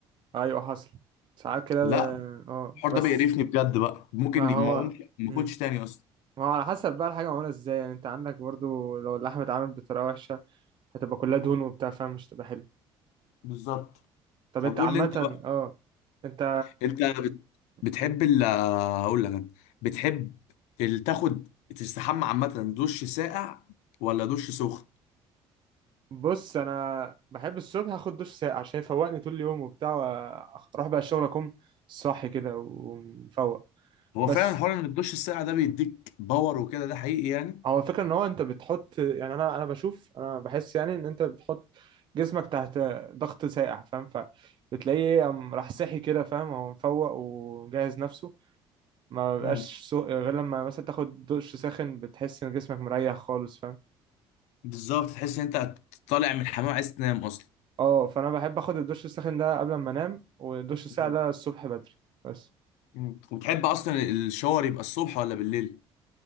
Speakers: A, on the right; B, on the left.
A: ايوه حصل ساعات كده
B: لا
A: ب- اه
B: الحوار
A: بس
B: ده بيقرفني بجد بقى ممكن
A: ما هو
B: ما اقومش ما
A: مم.
B: اكلش تاني اصلا
A: ما هو على حسب بقى الحاجه معموله ازاي يعني انت عندك برضو لو اللحمه اتعملت بطريقه وحشه هتبقى كلها دهون
B: مم.
A: وبتاع فمش تبقى حلو
B: بالظبط
A: طب
B: طب
A: انت
B: قول
A: عامه
B: لي انت بقى
A: اه انت
B: انت بت- بتحب
A: مم.
B: ال آه، اقول لك أنا. بتحب ال- تاخد تستحمى عامه دش ساقع ولا دش سخن
A: بص انا بحب الصبح اخد دش ساقع عشان يفوقني طول اليوم وبتاع وأخ- اروح بقى الشغل اكون صاحي كده ومفوق
B: هو
A: بس
B: فعلا حوار ان الدش الساقع ده بيديك باور وكده ده حقيقي يعني
A: هو الفكره ان هو انت بتحط يعني انا انا بشوف انا بحس يعني ان انت بتحط جسمك تحت ضغط ساقع فاهم فبتلاقيه قام راح صاحي كده فاهم هو مفوق وجهز نفسه ما
B: مم.
A: بقاش سوق غير لما مثلا تاخد دش ساخن بتحس ان جسمك مريح خالص فاهم
B: بالظبط تحس ان انت طالع من الحمام عايز تنام اصلا
A: اه فانا بحب اخد الدش الساخن ده قبل ما انام والدش الساقع
B: مم.
A: ده الصبح بدري بس
B: مم. وتحب اصلا الشاور يبقى الصبح ولا بالليل